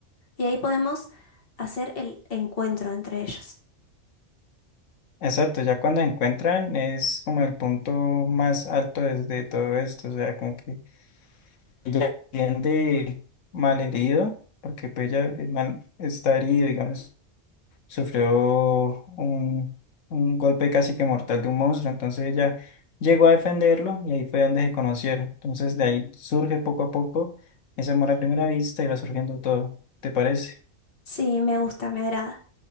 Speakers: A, on the left; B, on the left.
A: Y ahí podemos hacer el encuentro entre ellos.
B: Exacto, ya cuando encuentran es como el punto más alto desde todo esto, o sea, como que ella entiende malherido, porque pues ya el man está herido, digamos. sufrió un, un golpe casi que mortal de un monstruo, entonces ella llegó a defenderlo y ahí fue donde se conocieron. Entonces de ahí surge poco a poco ese amor a primera vista y va surgiendo todo, ¿te parece?
A: Sí, me gusta, me agrada.